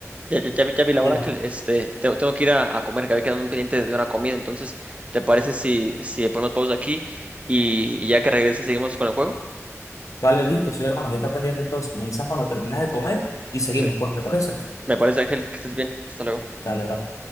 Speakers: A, on the right; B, on the left.
A: Ya, ya, ya vi, ya vi la
B: diga,
A: hora que este, te- tengo que ir a, a comer, que había quedado un pendiente de una comida. Entonces, ¿te parece si, si ponemos pausa aquí y, y ya que regrese seguimos con el juego?
B: vale, listo, soy hermano, ya está pendiente entonces. Me avisas cuando terminas de comer y seguimos,
A: Sí.
B: pues, ¿te parece?
A: Me parece, Ángel, que estés bien. Hasta luego.
B: Dale, bro.